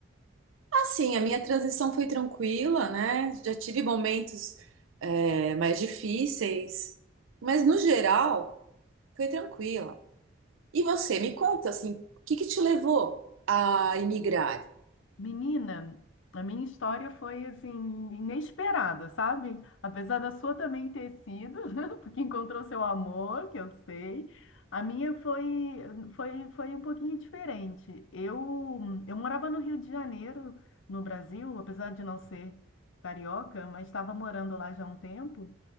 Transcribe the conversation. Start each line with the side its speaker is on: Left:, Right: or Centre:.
Right: Assim, a minha transição foi tranquila, né? Já tive momentos, é, mais difíceis, mas no geral foi tranquila. E você, me conta, assim, o que que te levou a imigrar?
Left: Menina, a minha história foi assim inesperada, sabe? Apesar da sua também ter sido, <laughs> porque encontrou seu amor, que eu sei. A minha foi foi foi um pouquinho diferente. Eu eu morava no Rio de Janeiro, no Brasil, apesar de não ser carioca, mas estava morando lá já há um tempo.